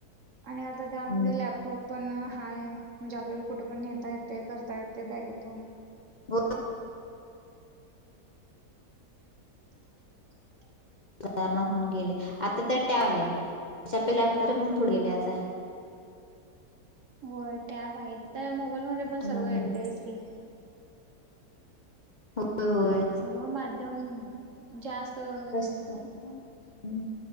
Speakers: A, on the right; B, on the left.
A: आणि आंता त्यां
B: हम्म
A: मध्यें लॅप टॉप पणं हायं म्हणजे आपल्यांला कुंठे पणं न्हेता येतंय करतां येतंय बॅगेतूंन.
B: हो
A: <unintelligible> <unintelligible>
B: सुधांरणा होऊन गेली, आता तर टॅब आल्यां त्यांच्या पं पणं पुढे गेल्यां आंता.
A: हो टॅब आहेतं, ते मोबाईल मध्यें पणं
B: होय
A: सर्व येतंच की.
B: होतं होयं.
A: सगळं माध्यमं जास्तं-
B: हम्मं